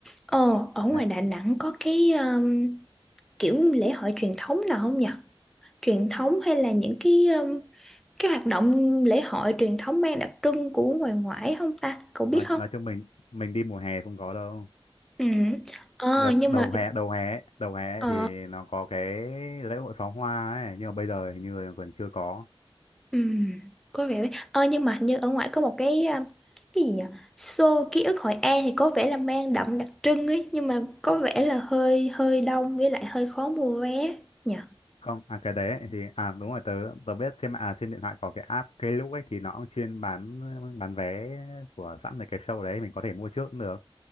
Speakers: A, in the centre; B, on the left.
A: Ờ, ở ngoài
B: đấy
A: Đà Nẵng có cái um, kiểu lễ hội truyền thống nào không nhỉ? Truyền thống hay là những cái um, cái hoạt động lễ hội truyền thống mang đặc trưng của ngoài ngoại không ta? Cậu
B: nói
A: biết không?
B: nói cho mình mình đi mùa hè không có đâu
A: Ừ. Ờ,
B: Đợt
A: nhưng
B: đầu
A: mà
B: hè đầu hè ấy, đầu hè
A: ờ,
B: ấy thì nó có cái lễ hội pháo hoa ấy nhưng mà bây giờ hình như là còn chưa có
A: Ừ, có vẻ đấy. Ờ, nhưng mà hình như ở ngoài có một cái à, cái gì nhỉ? Show ký ức Hội An thì có vẻ là mang đậm đặc trưng ấy, nhưng mà có vẻ là hơi hơi đông với lại hơi khó mua vé nhỉ.
B: không à cái đấy ấy thì à đúng rồi tớ tớ biết trên mạng à, trên điện thoại có cái app Klook ấy thì nó cũng chuyên bán bán vé của sẵn về cái show đấy mình có thể mua trước cũng được